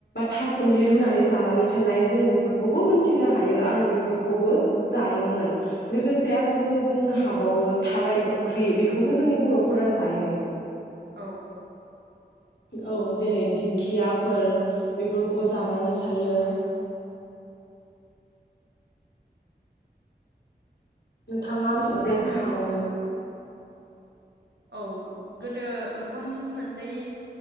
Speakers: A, on the left; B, on the right.
A: थासोमलि रुनानै
B: औ
A: जानानै थानाय जोङो बेफोरखौबो मोनथिनो हायो आरो बेफोरखौबो जायोमोन लोगोसे आरो जोङो बुंनो हाबावो। ओ थाराय ओंख्रि बिखौबो जोंनि बर'फोरा जायो।
B: औ
A: औ जेरै दिन। खियाफोर। बेफोरखौबो जानानै
B: औ
A: सायो। नोंथाङा मिथिबावब्ला बुंनो हाबावगोन।
B: औ गोदो ओंखाम मोनजायै